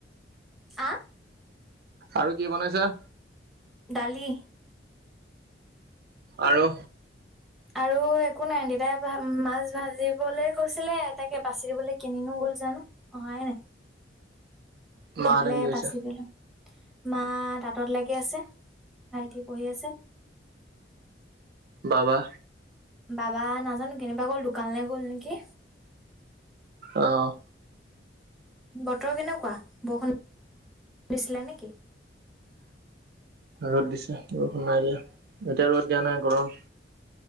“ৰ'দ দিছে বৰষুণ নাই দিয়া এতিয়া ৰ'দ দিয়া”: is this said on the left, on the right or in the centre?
Right